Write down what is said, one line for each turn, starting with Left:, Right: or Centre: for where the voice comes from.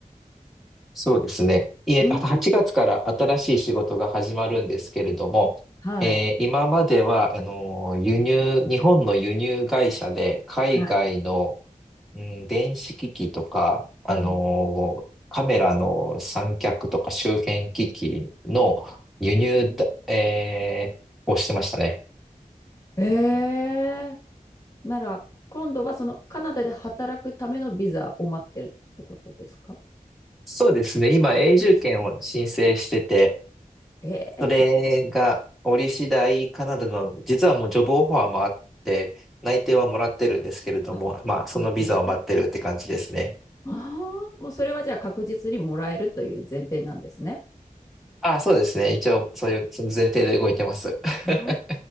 Centre: そうですね。いえ、
Left: うん。
Centre: あと8月から新しい仕事が始まるんですけれども、
Left: うんはい。
Centre: えー今までは、あの、輸入、日本の輸入会社で海外の
Left: は
Centre: うん、電子機器とか、あのーカメラの三脚とか周辺機器の輸入だ、
Left: い。ええ。
Centre: えーをしてましたね。
Left: ええ。なら、今度はそのカナダで働くためのビザを待ってるってことですか
Centre: そうですね。今、
Left: あ、
Centre: 永住権を申請してて、
Left: ええ。
Centre: それが折り次第カナダの、
Left: す
Centre: 実はもうジョブオファーもあって、内定はもらってるんですけれども、
Left: あ、
Centre: まあ、そのビザを待ってるって感じですね。
Left: すごい。ああ、もうそれはじゃあ確実にもらえるという前提なんですね。
Centre: あ、そうですね。一応、そういう、その前提で動いてます。<laughs>
Left: あー